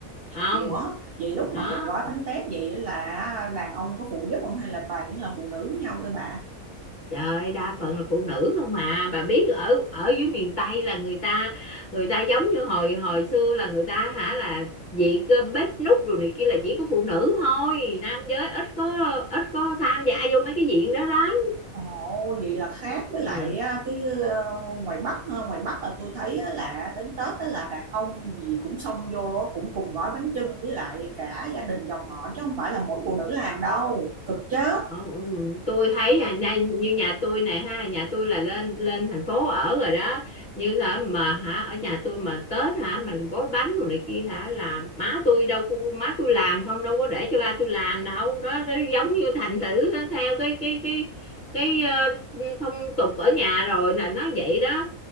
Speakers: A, on the left; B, on the right.
A: không
B: Ủa vậy lúc
A: đó
B: mà mình gói bánh tét vậy là đàn ông có phụ giúp không hay là toàn những là phụ nữ với nhau thôi bà?
A: Trời ơi, đa phần là phụ nữ không mà bà biết ở ở dưới miền Tây là người ta người ta giống như hồi hồi xưa là người ta hả là việc ờ, bếp núc đồ này kia là chỉ có phụ nữ thôi nam giới ít có ít có tham gia vô mấy cái diện đó lắm
B: Ồ, vậy là khác với
A: Ừ.
B: lại á, cái ờ, ngoài Bắc ha. ngoài Bắc là tôi thấy á là đến Tết á là đàn ông gì cũng xông vô á, cũng cùng gói bánh chưng với lại cả gia đình dòng họ chứ không phải là mỗi phụ nữ làm đâu cực chết
A: Ờ, ừ, tôi thấy à, nha- như nhà tôi này ha nhà tôi là lên lên thành phố ở rồi đó như hả mà hả ở nhà tôi mà Tết hả mình gói bánh đồ này kia hả là má tôi đâu có má tôi làm không đâu có để cho ba tôi làm đâu đó, đó giống như thành thử nó theo cái cái cái cái ờ, phong tục ở nhà rồi là nó vậy đó